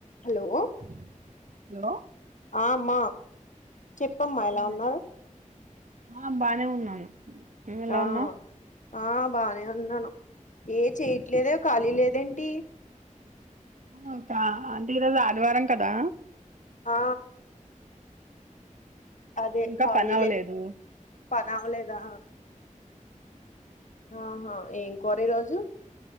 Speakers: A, on the left; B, on the right.
A: Hello
B: hello hello
A: ఆ అమ్మ చెప్పమ్మా ఎలా
B: హలో
A: ఉన్నావ్
B: ఆ బానే ఉన్నాను నువ్వు ఎలా
A: ఆ
B: ఉన్నావు
A: ఆ బానే ఉన్నాను ఏ చెయట్లేదే ఖాళీ లేదేంటి
B: ఇంక అంటే ఈరోజు ఆదివారం కదా
A: ఆ అదే
B: ఇంకా
A: ఖాళీలే
B: పని అవ్వలేదు
A: పని అవ్వలేదా ఆహా ఏం కూర ఈ రోజు